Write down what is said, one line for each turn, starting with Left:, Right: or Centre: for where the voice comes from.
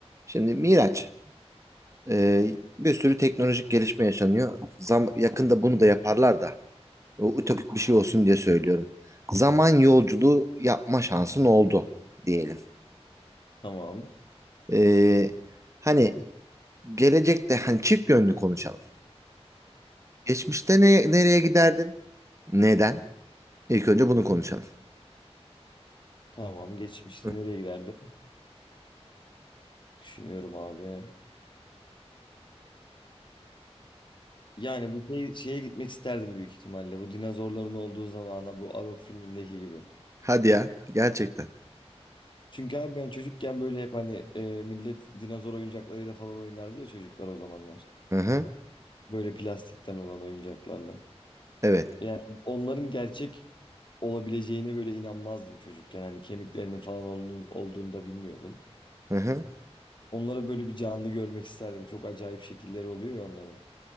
Right: Şimdi Miraç, e, bir sürü teknolojik gelişme yaşanıyor. Zam yakında bunu da yaparlar da. o Ütopik bir şey olsun diye söylüyorum. Zaman yolculuğu yapma şansın oldu diyelim.
Left: Tamam.
Right: E, hani gelecekte hani çift yönlü konuşalım. Geçmişte ne, nereye giderdin? Neden? İlk önce bunu konuşalım.
Left: Tamam. Geçmişte
Right: Hı.
Left: nereye giderdim? Düşünüyorum abi. Yani bu şey, şeye gitmek isterdim büyük ihtimalle. Bu dinozorların olduğu zamana bu Arok filmindeki gibi.
Right: Hadi ya, gerçekten.
Left: Çünkü abi ben çocukken böyle hep hani e, millet dinozor oyuncaklarıyla falan oynardı ya çocuklar o zamanlar.
Right: Hı hı.
Left: Böyle plastikten olan oyuncaklarla.
Right: Evet.
Left: Yani onların gerçek olabileceğine böyle inanmazdım çocukken. Hani kemiklerinin falan olduğunu, olduğunu da bilmiyordum.
Right: Hı hı.
Left: Onları böyle bir canlı görmek isterdim. Çok acayip şekilleri oluyor ya onların.